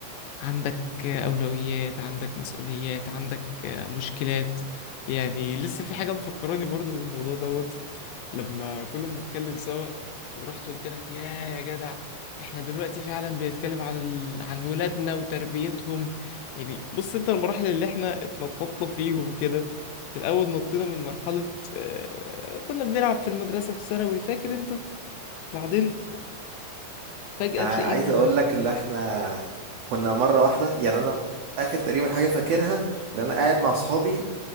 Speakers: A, on the left; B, on the right.
A: عندك آه، اولويات عندك مسؤوليات عندك آه، مشكلات يعني لسه في حاجه مفكراني برضو بالموضوع دوت لما كنا بنتكلم سوا ورحت قلت لك يا يا جدع احنا دلوقتي فعلا بنتكلم عن ال... عن ولادنا وتربيتهم يعني بص انت المراحل اللي احنا اتنططنا فيهم كده في الاول نطينا من مرحلة آه... كنا بنلعب في المدرسة في ثانوي فاكر انت بعدين فجأة
B: ع-
A: تلاقينا
B: عايز اقول لك اللي احنا كنا مره واحده يعني انا اخر تقريبا حاجه فاكرها اللي انا قاعد مع اصحابي